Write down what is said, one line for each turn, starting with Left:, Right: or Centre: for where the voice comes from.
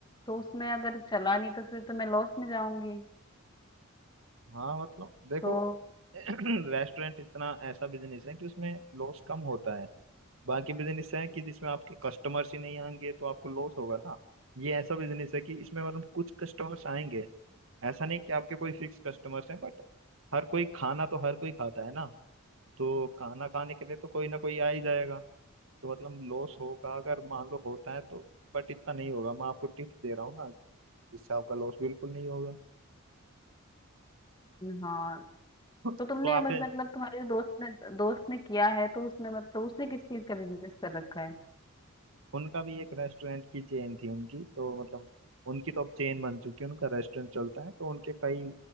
Left: तो उसमें अगर चला नहीं तो फिर तो मैं लॉस में जाऊंगी
Right: हाँ मतलब देखो
Left: तो
Right: <clears throat> रेस्टोरेंट इतना ऐसा बिजनेस है कि उसमें लॉस कम होता है बाकी बिजनेस है कि जिसमें आपके कस्टमर्स ही नहीं आएंगे तो आपको लॉस होगा ना ये ऐसा बिजनेस है कि इसमें मतलब कुछ कस्टमर्स आएंगे ऐसा नहीं कि आपके कोई फिक्स कस्टमर्स हैं बट हर कोई खाना तो हर कोई खाता है ना तो खाना खाने के लिए तो कोई ना कोई आ ही जाएगा तो मतलब लॉस होगा अगर मान लो होता है तो बट इतना नहीं होगा मैं आपको टिप्स दे रहा हूँ ना जिससे आपका लॉस बिल्कुल नहीं होगा
Left: हाँ
Right: <laughs> तो
Left: तो तुमने
Right: आप
Left: अब मतलब तुम्हारे दोस्त ने दोस्त ने किया है तो उसमें मतलब उसने किस चीज का बिजनेस कर रखा है
Right: उनका भी एक रेस्टोरेंट की चेन थी उनकी तो मतलब उनकी तो अब चेन बन चुकी है उनका रेस्टोरेंट चलता है तो उनके कई